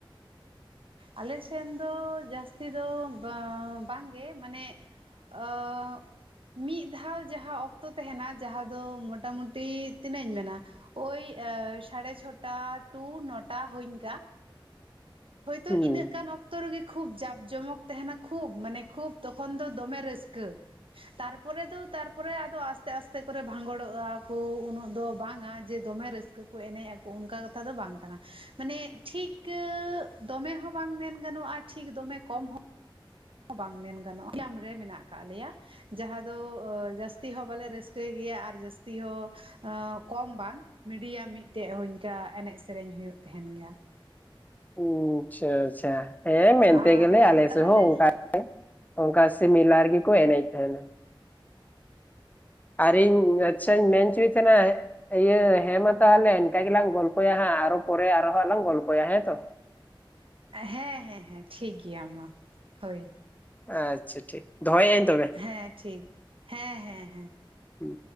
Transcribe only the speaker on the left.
ᱦᱩᱸ
ᱩ ᱟᱪᱪᱷᱟ ᱟᱪᱪᱷᱟ ᱦᱮᱸ ᱢᱮᱱ ᱛᱮ
ᱜᱮᱞᱮ ᱟᱞᱮ
ᱥᱮᱫ ᱦᱚᱸ ᱚᱱᱠᱟ᱾ ᱚᱱᱠᱟ ᱥᱮ ᱢᱮᱞᱟ ᱨᱮᱜᱮ ᱠᱚ ᱮᱱᱮᱡ ᱛᱟᱦᱮᱸᱱᱟ ᱸ ᱟᱨ ᱤᱧ ᱟᱪᱪᱷᱟᱧ ᱢᱮᱱ ᱪᱚᱭ ᱛᱟᱦᱮᱸᱱᱟ ᱤᱭᱟᱹ ᱦᱮᱸ ᱢᱟ ᱛᱟᱦᱚᱞᱮ ᱤᱱᱠᱟ ᱜᱮᱞᱟᱝ ᱜᱚᱞᱯᱚᱭᱟ ᱦᱟᱸᱜ ᱟᱨᱚ ᱯᱚᱨᱮ ᱟᱨᱦᱚᱸ ᱦᱟᱸᱜ ᱞᱟᱝ ᱜᱚᱞᱯᱚᱭᱟ ᱦᱮᱸᱛᱚ
ᱟᱪᱪᱷᱟ ᱴᱷᱤᱠ ᱫᱚᱦᱚᱭᱮᱫᱟᱹᱧ ᱛᱚᱵᱮ
ᱦᱩᱸ